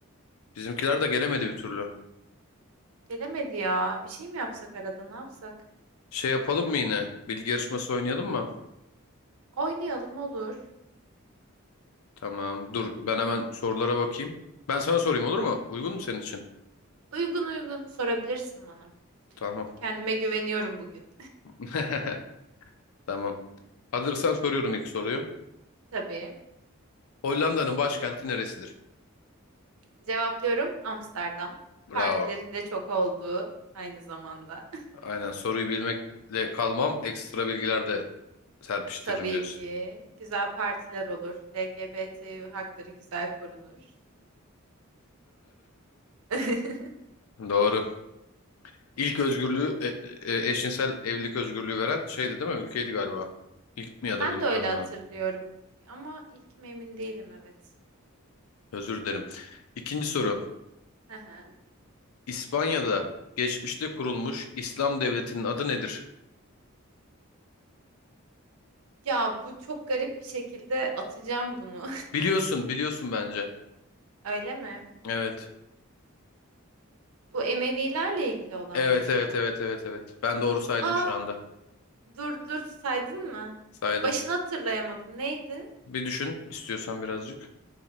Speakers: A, on the left; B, on the right.
A: Bizimkiler de gelemedi bir türlü.
B: Gelemedi ya. Bir şey mi yapsak arada? Ne yapsak?
A: Şey yapalım mı yine? Bilgi yarışması oynayalım mı?
B: Oynayalım olur.
A: Tamam. Dur ben hemen sorulara bakayım. Ben sana sorayım olur mu? Uygun mu senin için?
B: Uygun uygun sorabilirsin bana.
A: Tamam.
B: Kendime güveniyorum bugün.
A: <laughs> Tamam. Hazırsan soruyorum ilk soruyu.
B: <laughs> Tabii.
A: Hollanda'nın başkenti neresidir?
B: Cevaplıyorum Amsterdam.
A: Bravo.
B: Partilerinde çok olduğu aynı zamanda. <laughs>
A: Aynen soruyu bilmekle kalmam ekstra bilgiler de serpiştiririm
B: Tabii
A: diyorsun.
B: ki güzel partiler olur. LGBT hakları güzel korunur. <laughs>
A: <laughs> Doğru. İlk özgürlüğü e- e- e, eşcinsel evlilik özgürlüğü veren şeydi değil mi? Ülkeydi galiba. İlk mi ya
B: Ben
A: da bilmiyorum
B: de öyle hatırlıyorum
A: ya.
B: ama ilk mi emin değilim evet.
A: Özür dilerim. İkinci soru.
B: Hı hı.
A: İspanya'da geçmişte kurulmuş İslam devletinin adı nedir?
B: Ya bu çok garip bir şekilde atacağım bunu.
A: Biliyorsun, biliyorsun bence.
B: <laughs> Öyle mi?
A: Evet.
B: Bu Emevilerle ilgili olan
A: Evet,
B: mıydı
A: evet,
B: ya?
A: evet, evet, evet. Ben doğru saydım
B: Aa
A: şu anda.
B: dur dur saydın mı?
A: Saydım.
B: Başını hatırlayamadım. Neydi?
A: Bir düşün istiyorsan birazcık.